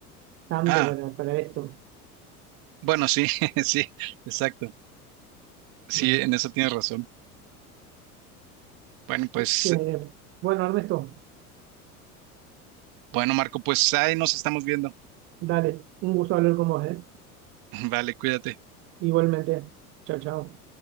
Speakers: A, on the right; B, on the right.
A: tanto
B: Ah,
A: para, para esto.
B: bueno, sí, <laughs> sí, exacto. Sí,
A: Bueno,
B: en eso tienes razón. Bueno, pues,
A: Che, Bueno, Ernesto,
B: bueno, Marco, pues ahí nos estamos viendo.
A: dale, un gusto hablar con vos, ¿eh?
B: <laughs> Vale, cuídate.
A: Igualmente. Chao, chao.